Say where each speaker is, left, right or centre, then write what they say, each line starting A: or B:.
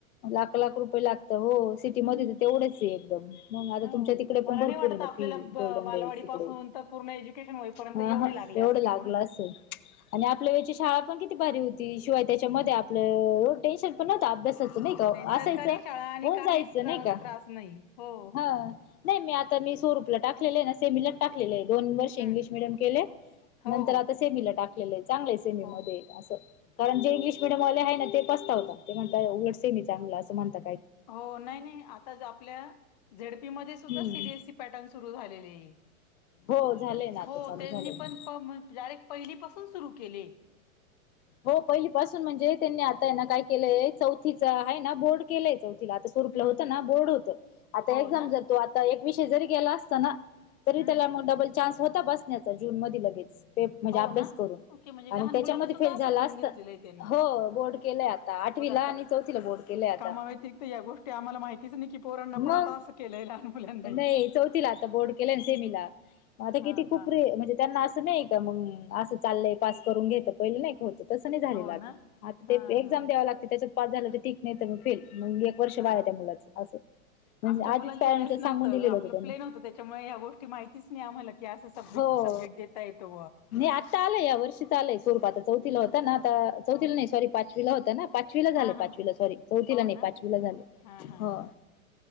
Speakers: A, on the left (about 80°); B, on the left (about 30°).
A: लाख लाख रुपये लागतं हो सिटीमध्ये
B: हम्म.
A: तर तेवढंच आहे. एकदम मग आता
B: हो
A: तुमच्या तिकडे
B: मला
A: पण भरपूर
B: नाही वाटत
A: आहे ना
B: आपल्याला
A: फी.
B: ब
A: गोल्डन
B: बालवाडी
A: डे इकडे
B: पासून तर पूर्ण एज्युकेशन होईपर्यंत
A: हा
B: एवढे
A: हा
B: लागले
A: एवढं
B: असतील
A: लागलं
B: म्हणून.
A: असेल. आणि आपल्या वेळची शाळा पण किती भारी होती. शिवाय त्याच्यामध्ये
B: हम्म.
A: आपलं टेन्शन पण नव्हतं. अभ्यासाचं नाही का
B: सरकारी
A: असायचं
B: शाळा आणि
A: होऊन
B: काहीच
A: जायचं
B: त्रा
A: नाही का
B: त्रास नाही. हो.
A: हा. नाही मी आता मी स्वरूपला टाकलेले आहे ना सेमीला टाकलेले आहे दोन वर्ष इंगलिश
B: हम्म.
A: मिडियम केले.
B: हो
A: नंतर
B: हो.
A: आता सेमीला टाकलेलं आहे चांगलंय सेमी
B: हो.
A: मध्ये असं. कारण जे इंग्लिश मिडयमले आहे ना ते पसतावतात. होताात ते म्हणजे उघडसे मी चांगलं असं म्हणतात
B: हो नाही नाही आता आपल्या झेडपी मध्ये
A: हम्म
B: सुद्धा सी बी एस ई पॅटर्न सुरू झालेले आहे.
A: हो झालंय ना आता
B: हो
A: चालू
B: त्यांनी
A: झालंय
B: पण
A: ना
B: पहिली पासून सुरू केली.
A: हो पहिली पासून म्हणजे त्यांनी आता ना काय केलंय चौथीच आहे ना बोर्ड केलंय. आता स्वरूपला
B: हम्म
A: होत ना बोर्ड होत आता
B: हो
A: एक्झाम
B: ना
A: जर तो आता एक विषय जरी गेला असता ना. तरी
B: हम्म
A: त्याला मग डबल चान्स होता बसण्याचा जून मध लगेच. म्हणजे
B: हो
A: अभ्यास
B: ना
A: करून
B: ओके म्हणजे
A: आणि
B: लहान
A: त्याच्यामध्ये.
B: मुलांना सुद्धा
A: फेल झाला
B: असं करून
A: असत
B: घेतलेलं आहे त्यांनी
A: हो बोर्ड केलंय आता आठवीला
B: बघ आता
A: आणि चौथीला बोर्ड केलंय आता.
B: कामाव्यतिरिक्त या गोष्टी आम्हाला माहितीच नाही की पोरांना
A: मग
B: पण आता असं केलंय लहान मुलांनाही
A: नाही चौथीला आता बोर्ड केलं ना सेमीला. मग आता
B: हा
A: किती खूप
B: हा
A: रे म्हणजे त्यांना असं नाही का मग असं चाललंय पास करून घेत पहिलं नाही का होत. तस नाही झालेलं
B: हो
A: आता
B: ना
A: आता
B: हा
A: ते एक्झाम
B: हा
A: द्याव लागते त्याच्यात पास झालं तर ठीक नाही तर मग फेल. मग एक वर्ष
B: हा
A: बाळ त्या मुलाचं असं. म्हणजे
B: आमच्या मुलांच्या
A: आधीच पॅरेंटला
B: वेळेस
A: सांगून
B: नव्हतं
A: दिलेलं
B: आपलं
A: होतं त्यांनी
B: प्लेन न होतं त्याच्यामुळे या गोष्टी माहितीच नाही आम्हाला. सा स
A: हो
B: सब्जेक्ट देताय तो.
A: आता आलंय या वर्षीच आलय स्वरूप आता चौथला होता ना आता चौथला
B: हो
A: नाही सॉरी पाचवी. होता ना पाचवी ला झाले
B: हा
A: पाचवीला
B: हा
A: सॉरी चौथीला
B: हो
A: नाही
B: ना?
A: पाचवी ला झाले
B: हां, हां,
A: हो.
B: हां.